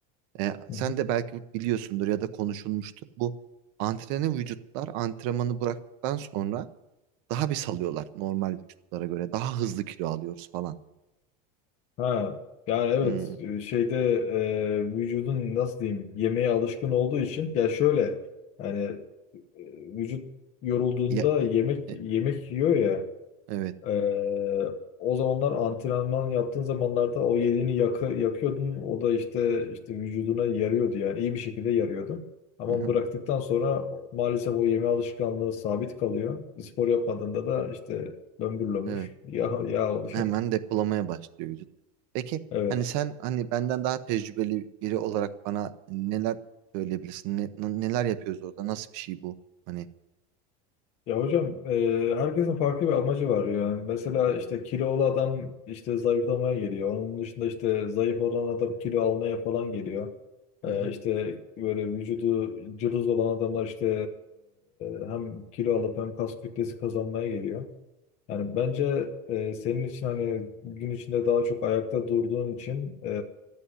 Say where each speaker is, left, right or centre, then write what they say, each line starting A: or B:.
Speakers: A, on the right; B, on the left.
A: E,
B: Hı
A: sen
B: hı.
A: de belki biliyorsundur ya da konuşulmuştur. Bu antrene vücutlar antrenmanı bıraktıktan sonra Daha bir salıyorlar normal vücutlara göre. Daha hızlı kilo alıyoruz falan.
B: Ha yani evet
A: Hmm.
B: şeyde e, vücudun nasıl diyeyim yemeğe alışkın olduğu için ya şöyle yani e, vücut yorulduğunda
A: Ya,
B: yemek
A: e-
B: yemek yiyor ya
A: evet.
B: Ee, o zamanlar antrenman yaptığın zamanlarda o yediğini yakı, yakıyordun. O da işte işte vücuduna yarıyordu yani iyi bir şekilde yarıyordu. Ama
A: Hı-hı.
B: bıraktıktan sonra maalesef o yeme alışkanlığı sabit kalıyor. Spor yapmadığında da işte lömbür lömbür
A: Evet.
B: yağ, yağ oluşuyor.
A: Hemen depolamaya başlıyor vücut. Peki
B: Evet.
A: hani sen hani benden daha tecrübeli biri olarak bana neler söyleyebilirsin? Ne- n- neler yapıyoruz orada? Nasıl bir şey bu? Hani
B: Ya hocam e, herkesin farklı bir amacı var yani. Mesela işte kilolu adam işte zayıflamaya geliyor. Onun dışında işte zayıf olan adam kilo almaya falan geliyor. E,
A: hı-hı,
B: işte böyle vücudu cılız olan adamlar işte e, hem kilo alıp hem kas kütlesi kazanmaya geliyor. Yani bence e, senin için hani gün içinde daha çok ayakta durduğun için e,